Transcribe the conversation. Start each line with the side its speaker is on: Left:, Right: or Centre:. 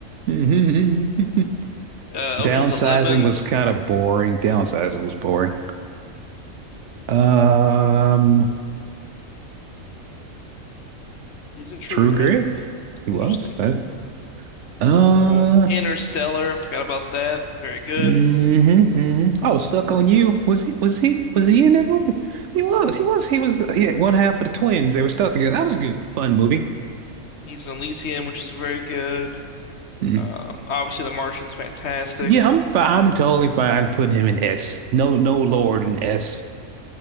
Right: hmm <laughs>
Left: Uh,
Right: Downsizing
Left: Ocean's 11.
Right: was kind of boring. Downsizing was boring. Um,
Left: He's in True
Right: True
Left: Grit.
Right: Grit. He was.
Left: Interesting.
Right: Right? Uh,
Left: Um, Interstellar. I forgot about that. Very good.
Right: mm hmm hmm Oh, Stuck on You. Was he was he was he in that movie? He was. He was. He was uh, yeah, one half of the twins. They were stuck together. That was a good fun movie.
Left: He's in Elysium, which is very good.
Right: Mm.
Left: Um, obviously, The Martian's fantastic.
Right: Yeah, I'm fine. I'm totally fine putting him in S. No, no Lord in S.